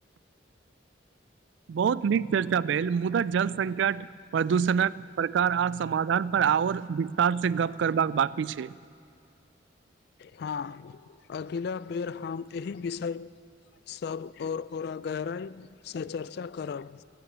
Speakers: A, on the right (about 70°); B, on the left (about 55°).
A: बहुत नीक चर्चा भेल मुदा जल संकट प्रदूषणक प्रकार आ समाधान पर आओर विस्तार से गप करबाक बाकी छै
B: हँ अगिला बेर हम एहि विषय सभ आओर आरा गहराइसँ चर्चा करब